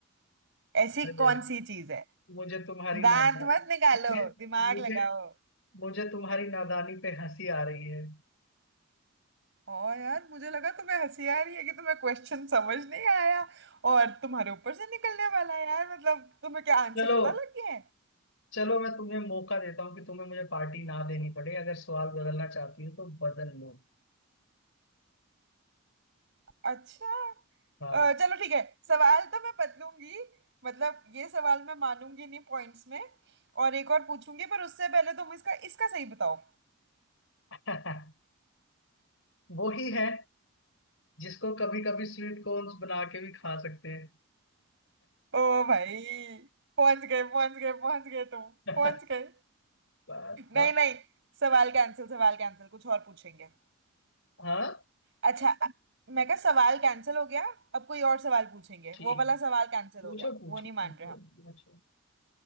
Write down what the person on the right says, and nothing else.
ऐसी
कौन सी चीज है
दांत
मत निकालो
दिमाग
लगाओ
और यार मुझे लगा तुम्हें हंसी आ रही है कि तुम्हें क्वेश्चन समझ नहीं आया और तुम्हारे ऊपर से निकलने वाला है यार मतलब तुम्हें क्या आंसर
पता लग गया है
अच्छा
अ, चलो ठीक है सवाल तो मैं बदलूंगी मतलब ये सवाल मैं मानूंगी नहीं पॉइंट्स में और एक और पूछूंगी पर उससे पहले तुम इसका इसका सही बताओ
ओ भाई पहुंच गए पहुंच गए पहुंच गए तुम
पहुंच गए
नहीं नहीं सवाल कैंसिल सवाल कैंसिल कुछ और पूछेंगे
अच्छा अ- मैं कहा सवाल कैंसिल हो गया अब कोई और सवाल पूछेंगे
वो वाला
सवाल कैंसिल
हो गया
वो नहीं
मान रहे हम